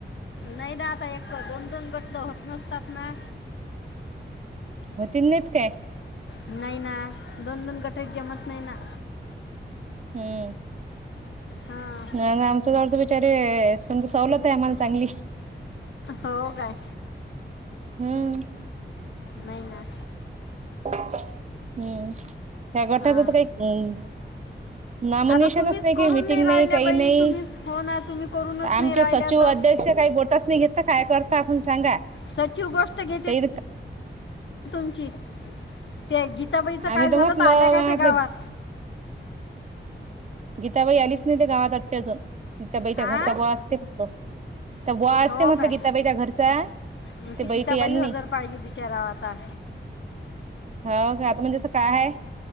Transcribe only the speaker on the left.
नै ना आता एक, दोन दोन गट होत नसतात ना.
नाही ना, दोन दोन गटत जमत नाही ना.
हां
हो काय.
नाही ना.
हा
आता तुम्हीच
करून
राहिल्या
बाई
तुम्हीच हो ना तुम्ही करूनच नाही
राहिल्या
तर
सचिव गोष्ट घेते.
तुमची ते गीताबाईच
काय झालं
तर, आल्या काय
त्या गावात.
आ
हो
काय
मग
ती
गीताबाई
हजर पाहिजे, बिचारावा आता.